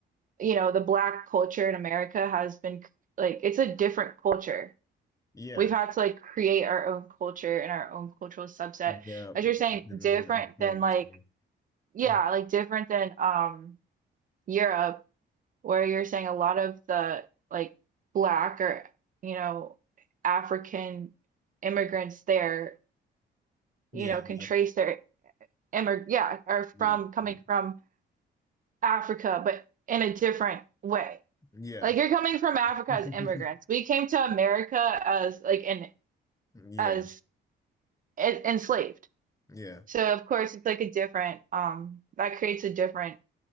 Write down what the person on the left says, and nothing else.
Yeah,
yeah,
living
what you found
is
safe.
Yeah,
like
y-
y-
yeah,
<laughs>
yeah,
yeah.